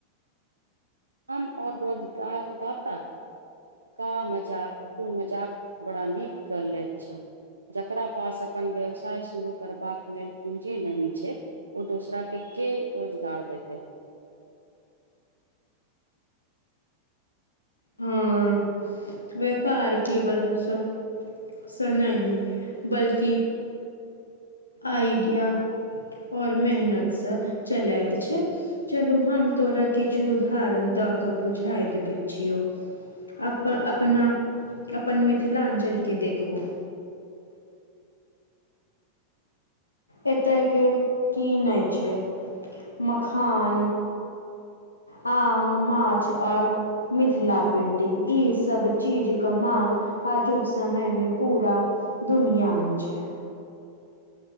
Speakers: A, on the right (about 75°); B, on the left (about 80°).
A: हम और रोजगारदाता। का मजाक तू मजाक बड़ा नीक क ले छअ। जकरा पास अपन व्यवसाय शुरू करबाक लेल पूजी नही छैय। ओ दोसरा के केय रोजगार देते।
B: ह व्यापार केवल स। स नहि बल्कि। आइडिया ओर मेहनतस चलैत छैय। चलु हम तोरा किछु उदाहरण दऽ कऽ बुझाइत छियौ। अप अपना अपन मिथिलांचल के देखु। एतय के की नै छैय मखान। आम माछ आओर। मिथिला पेन्टिंग इ सब चीजक मांग। आजुक समयमे पुरा दुनियामे छैय।